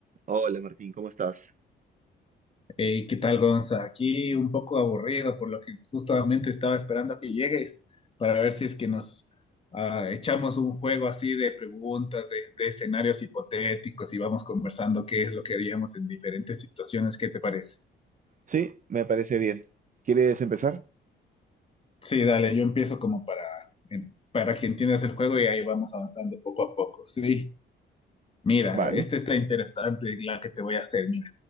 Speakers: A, on the right; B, on the left.
A: Hola Martín, ¿cómo estás?
B: Hey, ¿qué tal, Gonza? Aquí un poco aburrido, por lo que justamente estaba esperando a que llegues para ver si es que nos ah, echamos un juego así de preguntas, de, de escenarios hipotéticos y vamos conversando qué es lo que haríamos en diferentes situaciones. ¿Qué te parece?
A: Sí, me parece bien. ¿Quieres empezar?
B: Sí, dale, yo empiezo como para, em, para que entiendas el juego y ahí vamos avanzando poco a poco. Sí, mira,
A: Vale,
B: este está interesante, la que te voy a hacer, mira.